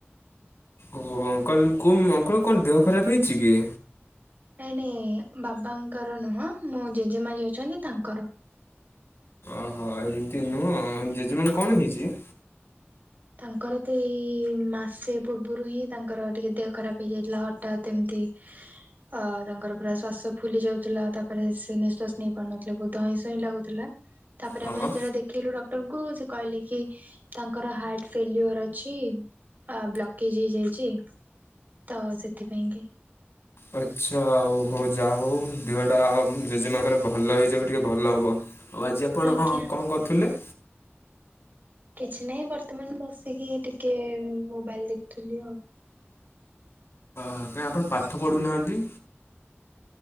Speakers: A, on the left; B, on the right.
A: ଓହୋ ଅଙ୍କଲ କୁ ଅଙ୍କଲ କଣ ଦେହ ଖରାପ ହେଇଛି କ
B: ନାଇଁ ନାଇଁ ବାବାଙ୍କର ନୁହଁ ମୋ ଜେଜେମା ଯିଏ ଅଛନ୍ତି ତାଙ୍କର-
A: ଓହୋ ଏମିତି ନୁହଁ ଜେଜେମାଙ୍କ କଣ ହେଇଛି?
B: ତାଙ୍କର ତ ଏଇ ମାସେ ପୂର୍ବରୁ ହିଁ ତାଙ୍କର ଟିକେ ଦେହ ଖରାପ ହେଇଯାଇଥିଲା ହଠାତ୍ ଏମିତି- ଅ ତାଙ୍କର ପୁରା ଶ୍ୱାସ ଫୁଲି ଯାଉଥିଲା ତାପରେ ସେ ନିଃଶ୍ଵାସ ନେଇ ପାରୁନଥିଲେ ବହୁତ- ଧଇଁ ସଇଁ ଲାଗୁଥିଲା। ତାପରେ
A: ହଁ
B: ଆମେ ଯେତେବଳେ ଦେଖେଇଲୁ ଡକ୍ଟରଙ୍କୁ ସେ କହିଲେ କି ତାଙ୍କର ହାର୍ଟ ଫେଲୁୟର୍ ଅଛି ଆ ବ୍ଲକେଜ୍ ହେଇଯାଇଛି। ତ ସେଥିପାଇଁ କି।
A: ଆଚ୍ଛା ଆଉ ହଉ ଯା ହଉ, ଦେହଟା ଜେଜେମାଙ୍କର ଭଲ ହେଇଯାଉ ଟିକେ ଭଲ ହବ। ଓ ଆଜି ଆପଣ
B: ଆଜ୍ଞା
A: କଂ କଣ କରୁଥିଲେ?
B: କିଛି ନାହିଁ ବର୍ତ୍ତମାନ ବସିକି ଟିକେ ମୋବାଇଲ ଦେଖୁଥିଲି ଆଉ।
A: ହଁ କାହିଁ ଆପଣ ପାଠ ପଢ଼ୁନାହାନ୍ତି?